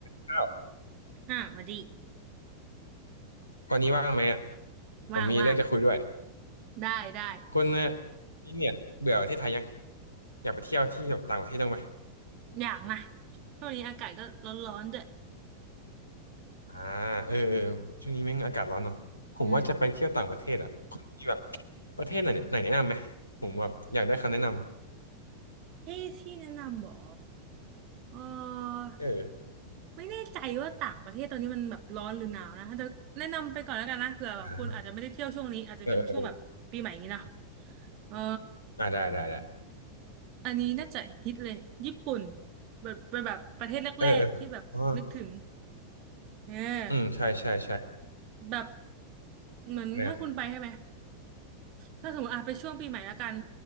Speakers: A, on the left; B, on the right.
A: ข้าว
B: อ่ะมาดิ
A: วันนี้ว่างไหมอะผมมีเรื่องจะคุยด้วย
B: ว่างว่างได้ได้
A: คุณเนี่ยนี่เนี่ยเบื่อประเทศไทยยังอยากไปเที่ยวที่แบบต่างประเทศบ้างไหม
B: อยากนะช่วงนี้อากาศก็ร้อนร้อนด้วย
A: อ่าเออเออช่วงนี้แม่งอากาศร้อนเนาะผมว่าจะไปเที่ยวต่างประเทศอ่ะคุณมีแบบ
B: อืม
A: ประเทศไหนเนี่ยไหนแนะนำไหมผมแบบอยากได้คำแนะน
B: เอ๊ะที่แนะนำเหรอเออ
A: ำเออ
B: ไม่แน่ใจว่าต่างประเทศตอนนี้มันแบบร้อนหรือหนาวนะแต่แนะนำไปก่อนแล้วกันนะเผื่อแบบคุณอาจจะไม่ได้เที่ยวช่วงนี้อาจจะเป็นช่วงแบบปีใหม่อย่างนี้เนาะ
A: อ่าเออเออ
B: เออ
A: อ่าได้ได้ได้
B: อันนี้น่าจะฮิตเลยญี่ปุ่นแบบเป็นแบบประเทศแรกๆที่แบบนึกถึง
A: เออเอออ๋อ
B: เออ
A: อืมใช่ใช่ใช่
B: แบบเหมือนถ้าคุณไปใช่ไหม
A: แม่ง
B: ถ้าสมมติอาไปช่วงปีใหม่แล้วกัน